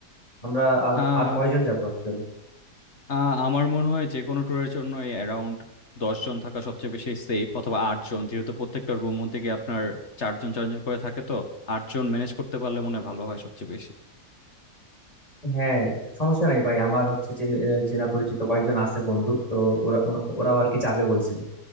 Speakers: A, on the left; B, on the left.
A: আমরা আর
B: আহ
A: আর কয়জন যাব অ্যাকচুয়ালি
B: আহ, আমার মনে হয় যে কোনো ট্যুরের জন্য এই অ্যারাউন্ড দশ জন থাকা সবচেয়ে বেশি সেফ অথবা আট জন যেহেতু প্রত্যেকটা রুম মধ্যে গিয়ে আপনার চারজন চারজন করে থাকে তো আট জন ম্যানেজ করতে পারলে মনে হয় ভালো হয় সবচেয়ে বেশি
A: হ্যাঁ সমস্যা নেই ভাই আমার হচ্ছে চিনি- আহ, চেনা পরিচিত কয়েকজন আছে বন্ধু তো ওরা ওরা- ওরাও আর কি যাবে বলছিল